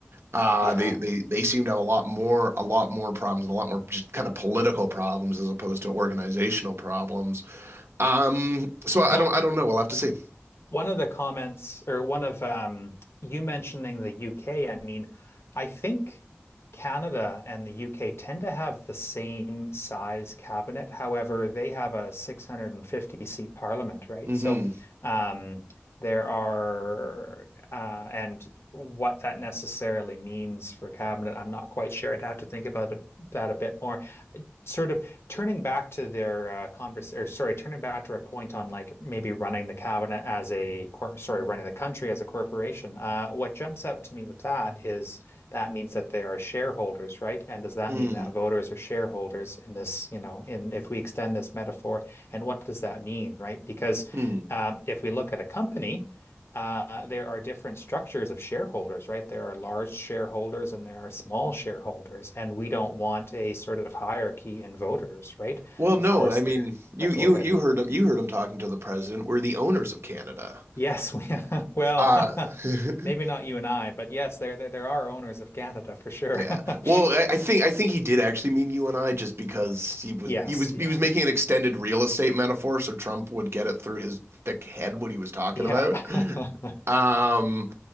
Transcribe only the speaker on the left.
Yeah.
Well,
one of the comments or one of um you mentioning the UK, I mean, I think Canada and the UK tend to have the same size cabinet. However, they have a 650 seat parliament, right?
So, um there are uh and what that necessarily means for cabinet, I'm not quite sure. I'd have to think about that a bit more. sort of turning back to their uh, converse or sorry, turning back to a point on like maybe running the cabinet as a cor sorry, running the country as a corporation. Uh, what jumps out to me with that is that means that they are shareholders, right? And does that
mean that voters are shareholders in this, you know, in if we extend this metaphor, and what does that mean, right? Because
um, if we look at a company, uh, there are different structures of shareholders, right? There are large shareholders and there are small shareholders, and we don't want a sort of hierarchy in voters, right?
Of course,
there.
Uh, go
ahead.
Yes, we, <laughs> well,
<laughs>
maybe not you and I, but yes, there there, there are owners of Canada for sure.
<laughs>
Yes,
yeah,
yep,
<laughs>